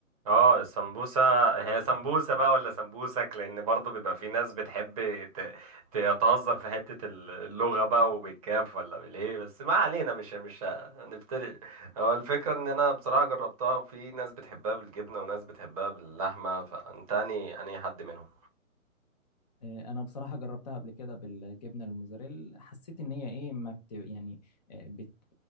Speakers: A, on the right (about 25°); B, on the left (about 30°).
A: اه السمبوسة هي سمبوسة بقى ولا سمبوسك لأن برضو بيبقى في ناس بتحب ت- تتهزر في حتة ال- اللغة بقى وبالكاف ولا بالهي بس ما علينا مش مش هنفترق هو الفكرة إن أنا بصراحة جربتها في ناس بتحبها بالجبنة وناس بتحبها باللحمة فأنت أنهي أنهي حد منهم
B: آه، انا بصراحة جربتها قبل كده بالجبنة الموزاريلا حسيت ان هي ايه ما بت يعني آه، بت